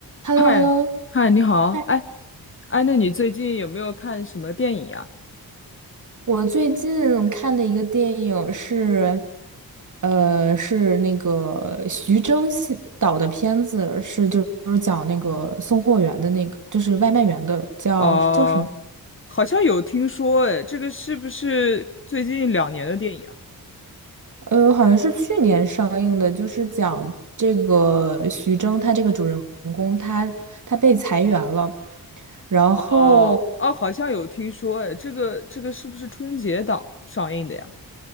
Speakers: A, on the right (about 50°); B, on the left (about 35°).
A: h e
B: 嗨，
A: l l o h e l l o
B: 嗨，你好，
A: 嗨！
B: 哎，哎，那你最近有没有看什么电影呀？
A: 我最近看的一个电影是，呃，是那个徐峥系导的片子，是就就是讲那个送货员的那个，就是外卖员的，叫叫什么？
B: 哦、好像有听说，哎，这个是不是最近两年的电影啊？
A: 呃，好像是去年上映的，就是讲这个徐峥他这个主人公他他被裁员了，然后
B: 哦，哦，好像有听说，哎，这个这个是不是春节档上映的呀？